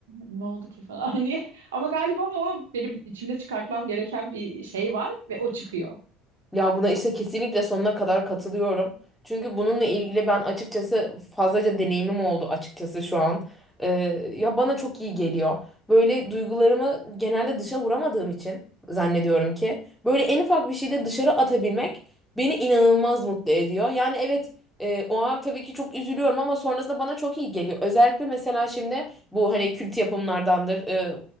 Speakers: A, on the right; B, in the centre.
A: ne oldu ki falan <laughs> hani ama galiba o benim içimde çıkartmam gereken bir şey var ve o çıkıyor.
B: Ya buna işte kesinlikle sonuna kadar katılıyorum. Çünkü bununla ilgili ben açıkçası fazlaca deneyimim oldu açıkçası şu an. Ee, ya bana çok iyi geliyor. Böyle duygularımı genelde dışa vuramadığım için zannediyorum ki böyle en ufak bir şeyde dışarı atabilmek beni inanılmaz mutlu ediyor. Yani evet e, o an tabii ki çok üzülüyorum ama sonrasında bana çok iyi geliyor. Özellikle mesela şimdi bu hani kült yapımlardandır. Ee,